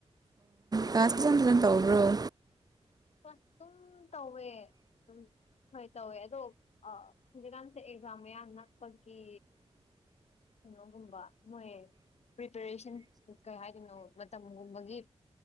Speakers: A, on the right; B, on the left.
A: ꯀꯂ꯭ꯁ ꯐꯖ ꯐꯖꯅ ꯇꯧꯕꯔꯣ
B: ꯑꯗꯨꯝ ꯇꯧꯋꯦ ꯑꯗꯨꯝ ꯍꯣꯏ ꯇꯧꯋꯦ ꯑꯗꯣ ꯍꯧꯖꯤꯛꯀꯥꯟꯁꯦ ꯑꯦꯛꯖꯥꯝ ꯃꯌꯥꯝ ꯅꯛꯄꯒꯤ ꯀꯩꯅꯣꯒꯨꯝꯕ ꯃꯣꯏ ꯄ꯭ꯔꯤꯄꯦꯔꯦꯁꯟ ꯀꯩ ꯍꯥꯏꯗꯣꯏꯅꯣ ꯃꯇꯝꯒꯨꯝꯕꯒꯤ